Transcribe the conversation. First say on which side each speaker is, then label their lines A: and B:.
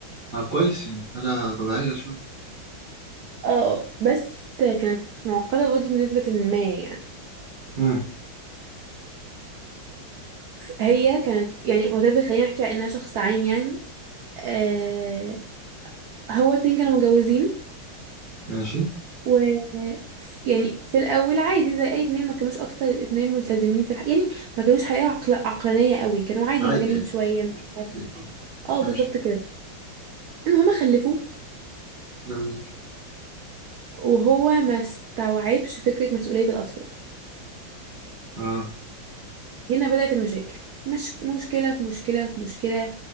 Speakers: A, on the right; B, on the right.
A: آه كويس يعني حاجة طبيعية شوية
B: اه بس كانت معقده برضه بنسبه ما يعني
A: امم
B: هي كانت يعني whatever خلينا نحكي على انها شخص عام يعني آه هو اتنين كانوا متجوزين
A: ماشي
B: و يعني في الاول عادي زي اي اتنين ما كانوش اكتر اتنين ملتزمين في الح... يعني ما كانوش حقيقة عقل... عقلانية قوي كانوا عادي
A: عادي
B: مجانين
A: عادي
B: شوية مش
A: اوكي
B: عارفة. اه
A: ماشي
B: بالظبط كده المهم خلفوا
A: جميل
B: وهو ما استوعبش فكرة مسؤولية الاطفال
A: اه
B: هنا بدأت المشاكل مش مشكلة في مشكلة في مشكلة